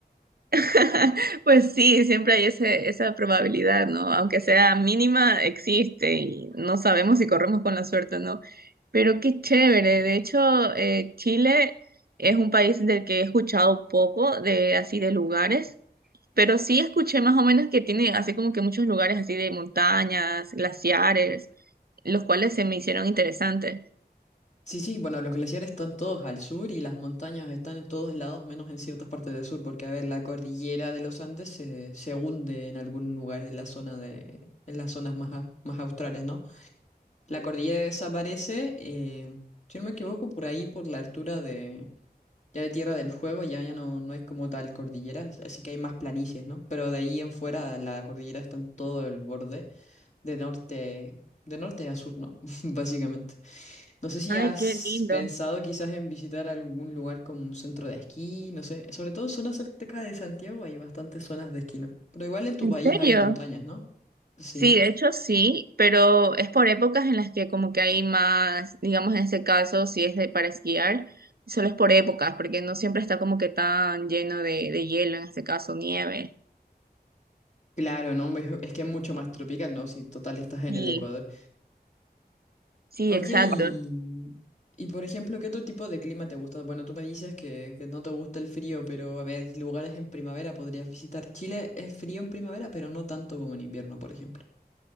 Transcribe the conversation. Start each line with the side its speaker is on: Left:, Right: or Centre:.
Right: <laughs> Pues sí, siempre hay ese, esa probabilidad, ¿no? Aunque sea mínima, existe y no sabemos si corremos con la suerte o no. Pero qué chévere. De hecho, eh, Chile es un país del que he escuchado poco, de así de lugares. Pero sí escuché más o menos que tiene así como que muchos lugares así de montañas, glaciares, los cuales se me hicieron interesantes.
Left: Sí, sí, bueno, los glaciares están todos al sur y las montañas están en todos lados, menos en ciertas partes del sur, porque a ver, la cordillera de los Andes se, se hunde en algún lugar de la zona de, en las zonas más, a- más australes, ¿no? La cordillera desaparece, eh, si no me equivoco, por ahí, por la altura de, ya de Tierra del Fuego, ya, ya no, no hay como tal cordilleras así que hay más planicies, ¿no? Pero de ahí en fuera la cordillera está en todo el borde, de norte, de norte a sur, ¿no? <laughs> Básicamente. No sé si
Right: Ay,
Left: has
Right: qué lindo.
Left: pensado quizás en visitar algún lugar como un centro de esquí, no sé, sobre todo en zonas cerca de Santiago hay bastantes zonas de esquí, ¿no? Pero igual en tu
Right: ¿En
Left: país
Right: serio?
Left: hay montañas, ¿no? Sí,
Right: Sí, de hecho sí, pero es por épocas en las que como que hay más, digamos en este caso, si es de para esquiar, solo es por épocas, porque no siempre está como que tan lleno de, de hielo, en este caso nieve.
Left: claro, ¿no? Es, es que es mucho más tropical, ¿no? Si total estás en
Right: Sí,
Left: el Ecuador.
Right: sí,
Left: Oye,
Right: exacto.
Left: y, y por ejemplo, ¿qué otro tipo de clima te gusta? Bueno, tú me dices que, que no te gusta el frío, pero a ver, lugares en primavera podrías visitar. Chile es frío en primavera, pero no tanto como en invierno, por ejemplo.